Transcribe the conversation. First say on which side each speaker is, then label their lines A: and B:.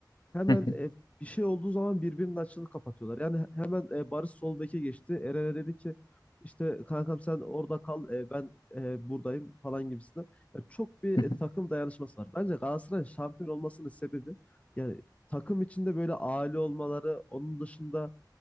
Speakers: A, on the left (about 20°); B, on the left (about 70°).
A: hemen
B: hı hı,
A: e, bir şey olduğu zaman birbirinin açığını kapatıyorlar. Yani hemen e, Barış sol beke geçti. Eren'e dedi ki işte kankam sen orada kal e, ben e, buradayım falan gibisinden. Ya çok bir
B: hı hı.
A: e, takım dayanışması var. Bence Galatasaray'ın şampiyon olmasının sebebi yani takım içinde böyle aile olmaları onun dışında